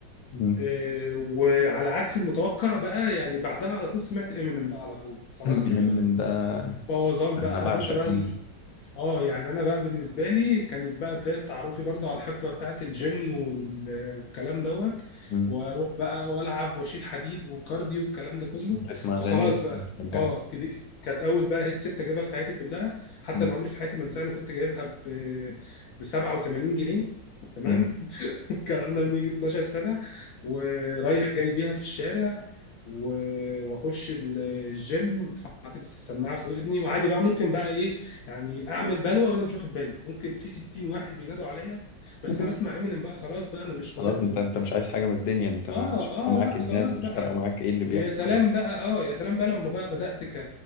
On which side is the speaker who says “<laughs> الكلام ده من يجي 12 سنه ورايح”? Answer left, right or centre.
Left